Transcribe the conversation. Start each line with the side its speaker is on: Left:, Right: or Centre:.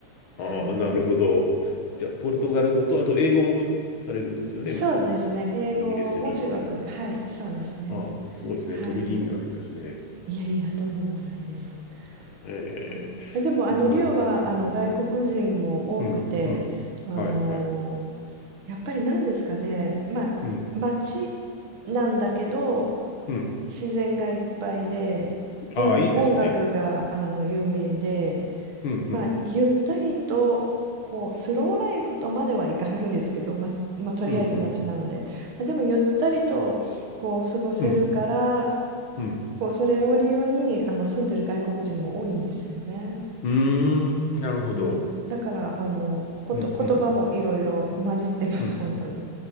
Right: はい。
Left: ああ、なるほど。じゃあ、ポルトガル語と、あと英語もされるんですよね。
Right: そうですね。
Left: そのイギリスにおられる。
Right: 英語も仕事で、はい、そうですね。
Left: ああ、すごいですね。
Right: はい。
Left: トリリンガルですね。
Right: いやいや、とんでもないです。
Left: ええ、
Right: はい。までも、あの、
Left: なるほど。
Right: リオは、
Left: うん、
Right: あの、外国人も多くて、
Left: うん、うん。
Right: あの
Left: はい、はい。
Right: やっぱり何ですかね、まあ、
Left: うん、
Right: 街なんだけど、
Left: うん。
Right: 自然がいっぱいで、
Left: ああ、
Right: 音、
Left: いいですね。
Right: 音楽が、あの、有名で、
Left: うん、うん、
Right: まあ、ゆったりとこうスローライフとまではいかないんですけど、ま、まあ、とりあえず街なので、
Left: うん、うん、
Right: まあ、でもゆったりとこう過ごせるから
Left: うん、うん。
Right: こうそれを理由にあの住んでる外国人も多いんですよね。
Left: うーん、なるほど。
Right: うん、だからあのこと言葉もいろいろ混じってます本当に。
Left: うんうんうん